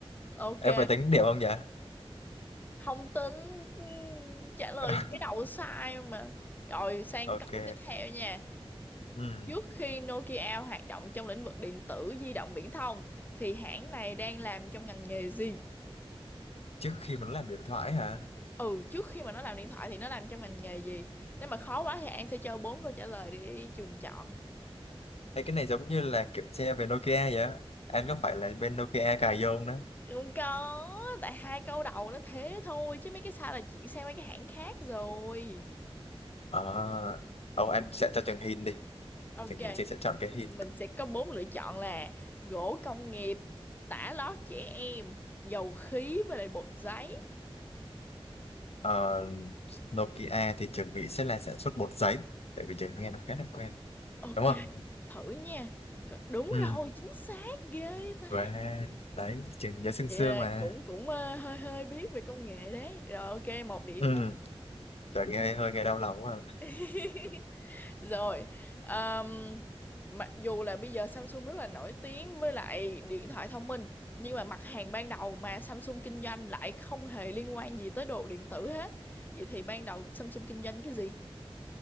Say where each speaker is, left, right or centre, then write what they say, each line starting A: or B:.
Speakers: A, on the left (about 20°); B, on the left (about 85°).
A: ok
B: em phải tính điểm không nhỉ
A: không tính ừm, trả lời
B: <laughs>
A: cái đầu sai mà rồi sang
B: ok
A: câu tiếp theo nha
B: ừ.
A: trước khi Nokia hoạt động trong lĩnh vực điện tử di động viễn thông thì hãng này đang làm trong ngành nghề gì
B: trước khi mà nó làm điện thoại hả
A: ừ trước khi mà nó làm điện thoại thì nó làm trong ngành nghề gì nếu mà khó quá thì An sẽ cho bốn câu trả lời để trường chọn
B: Ê, cái này giống như là kiểu xe về Nokia vậy á anh có phải là bên Nokia cài vô không đó
A: không có tại hai câu đầu nó thế thôi chứ mấy cái sau là chuyển sang mấy cái hãng khác rồi
B: ờ Ồ, anh sẽ cho Trường Hin đi
A: ok
B: Trường Nghị sẽ chọn cái Hin
A: mình sẽ có bốn lựa chọn là gỗ công nghiệp, tả lót trẻ em, dầu khí với lại bột giấy.
B: Ờ, Nokia thì Trường Nghị sẽ là sản xuất bột giấy tại vì Trường nghe nó khá là quen
A: Ok,
B: đúng không
A: thử nha. Có- Đúng
B: ừ
A: rồi, chính xác ghê ta.
B: và đấy Trường nhớ sương
A: Vậy
B: sương
A: là
B: mà
A: cũng cũng ờ, hơi hơi biết về công nghệ đấy. Rồi ok, một điểm
B: ừ
A: nhé.
B: trời nghe hơi nghe đau lòng quá à.
A: <laughs> Rồi, ờm, mặc dù là bây giờ Samsung rất là nổi tiếng với lại điện thoại thông minh, nhưng mà mặt hàng ban đầu mà Samsung kinh doanh lại không hề liên quan gì tới đồ điện tử hết. Vậy thì ban đầu Samsung kinh doanh cái gì?